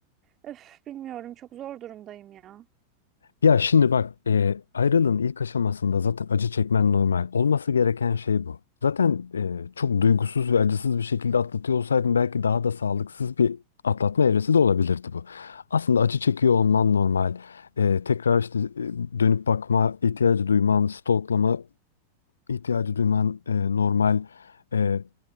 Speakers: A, on the right (about 30°); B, on the left (about 70°).
A: Öf, bilmiyorum çok zor durumdayım ya.
B: Ya şimdi bak e, ayrılığın ilk aşamasında zaten acı çekmen normal. Olması gereken şey bu. Zaten e, çok duygusuz ve acısız bir şekilde atlatıyor olsaydın belki daha da sağlıksız bir atlatma evresi de olabilirdi bu. Aslında acı çekiyor olman normal. E, tekrar işte e, dönüp bakma ihtiyacı duyman, stalklama ihtiyacı duyman e, normal. E,